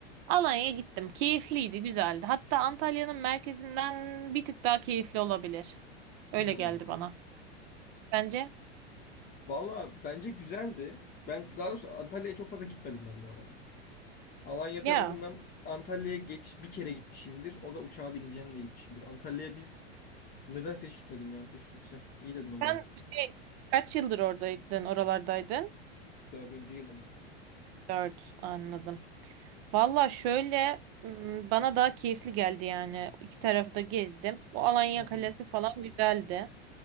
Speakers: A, on the right (about 45°); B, on the left (about 25°).
A: Alanya'ya gittim. Keyifliydi, güzeldi. Hatta Antalya'nın merkezinden bir tık daha keyifli olabilir. Öyle
B: Hmm.
A: geldi bana. Sence?
B: Valla bence güzeldi. Ben daha doğrusu Antalya'ya çok fazla gitmedim ben bu arada. Alanya
A: Ya
B: tarafından Antalya'ya geç bir kere gitmişimdir. O da uçağa bineceğim diye gitmişimdir. Antalya'ya biz neden hiç gitmedim ya. Keşke gitsem. İyi dedin onu
A: sen
B: bak.
A: şey kaç yıldır oradaydın, oralardaydın?
B: Dördüncü yılım burada.
A: Dört anladım. Valla şöyle m, bana daha keyifli geldi yani. İki tarafı da gezdim. O Alanya
B: Hı hı.
A: Kalesi falan güzeldi.